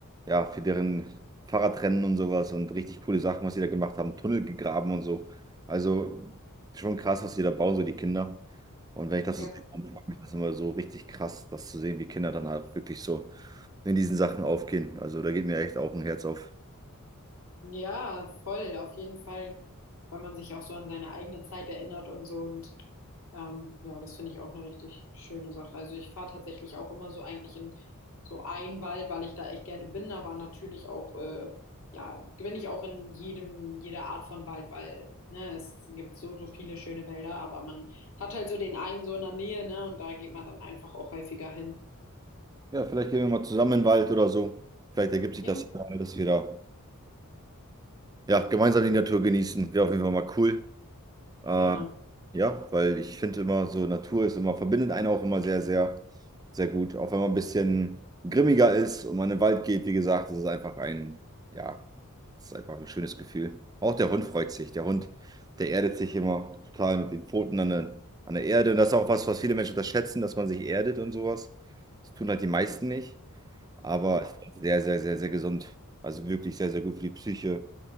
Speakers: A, on the right; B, on the left.
A: ja, für deren Fahrradrennen und sowas und richtig coole Sachen, was sie da gemacht haben, Tunnel gegraben und so. Also schon krass, was die da bauen, so die Kinder. Und wenn ich
B: Ja,
A: das so sehe,
B: cool.
A: dann freut mich das immer so richtig krass, das zu sehen, wie Kinder dann halt wirklich so in diesen Sachen aufgehen. Also da geht mir echt auch ein Herz auf.
B: Ja, voll, auf jeden Fall, weil man sich auch so an seine eigene Zeit erinnert und so und ähm, ja, das finde ich auch eine richtig schöne Sache. Also ich fahre tatsächlich auch immer so eigentlich in so einen Wald, weil ich da echt gerne bin, aber natürlich auch, äh, ja, bin ich auch in jedem, jeder Art von Wald, weil, ne, es gibt so, so viele schöne Wälder, aber man hat halt so den einen so in der Nähe, ne, und da geht man dann einfach auch häufiger hin.
A: Ja, vielleicht gehen wir mal zusammen in den Wald oder so. Vielleicht ergibt sich
B: Ja,
A: das ja mal, dass wir da ja, gemeinsam die Natur genießen. Wäre auf jeden Fall mal cool. Äh,
B: gerne.
A: ja, weil ich finde immer so, Natur ist immer, verbindet einen auch immer sehr, sehr, sehr gut. Auch wenn man ein bisschen grimmiger ist und man in den Wald geht, wie gesagt, das ist einfach ein, ja, das ist einfach ein schönes Gefühl. Auch der Hund freut sich. Der Hund, der erdet sich immer total mit den Pfoten an der, an der Erde. Und das ist auch was, was viele Menschen unterschätzen, dass man sich erdet und sowas. Das tun halt die meisten nicht aber
B: Ja.
A: es ist sehr, sehr, sehr, sehr gesund. Also wirklich sehr, sehr gut für die Psyche